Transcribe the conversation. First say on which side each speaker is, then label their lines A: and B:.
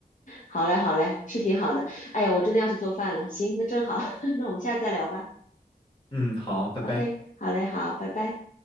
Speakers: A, on the left; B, on the left.
A: 好嘞，好嘞，是挺好的。哎呀，我真的要去做饭了。行，那正好，<laughs> 那我们下次再聊吧。
B: 嗯，好，拜拜。
A: OK，好嘞，好，拜拜。